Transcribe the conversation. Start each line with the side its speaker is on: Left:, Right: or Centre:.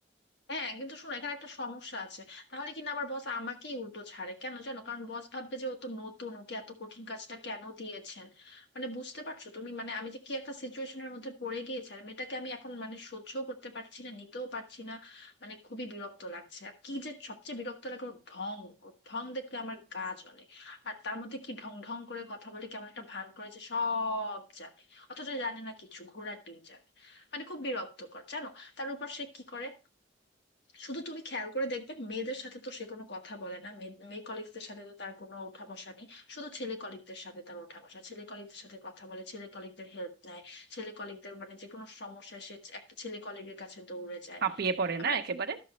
Left: হ্যাঁ কিন্তু শোনো এখানে একটা সমস্যা আছে তাহলে কিনা আবার বস আমাকেই উল্টো ছাড়ে কেন জানো কারণ বস ভাববে যে ও তো নতুন ওকে এত কঠিন কাজটা কেন দিয়েছেন মানে বুঝতে পারছো তুমি মানে আমি যে কি একটা সিচুয়েশনের মধ্যে পড়ে গিয়েছি আর মেয়েটাকে আমি এখন মানে সহ্য করতে পারছি না নিতেও পারছি না মানে খুবই বিরক্ত লাগছে আর কি যে সবচেয়ে বিরক্ত লাগে ওর ঢং ওর ঢং দেখলে আমার গা জ্বলে আর তার মধ্যে কি ঢং ঢং করে কথা বলে কেমন একটা ভান করে যে সব জানে অথচ জানে না কিছু ঘোড়ার ডিম জানে মানে খুব বিরক্তকর জানো তার উপর সে কি করে শুধু তুমি খেয়াল করে দেখবে মেয়েদের সাথে তো সে কোনো কথা বলে না মেয়ে মেয়ে কলিগদের সাথে তো তার কোনো ওঠা বসা নেই শুধু ছেলে কলিগদের সাথে তার ওঠা বসা ছেলে কলিগদের সাথে কথা বলে ছেলে কলিগদের হেল্প নেয় ছেলে কলিগদের মানে যে কোনো সমস্যায় সে একটা ছেলে কলিগের কাছে দৌড়ে যায়
Right: হাঁপিয়ে পড়ে না
Left: মানে
Right: একেবারে